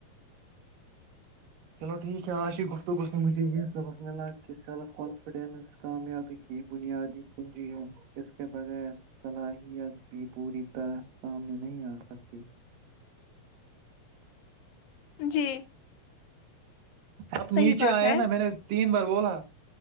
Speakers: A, on the right (about 70°); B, on the left (about 80°).
A: چلو ٹھیک ہے آاشی گفتگو سے مجھے یہ سبق ملا کہ سیلف کانفیڈنس کامیابی کی بنیادی کنجی ہے اس کےے بغیر صلاحیت بھی پوری طرح سامنے نہیں آسکتی
B: جی
A: آپ
B: صحیح
A: نیچے
B: بات
A: آئے
B: ہے
A: نا میں نے تین بار بولا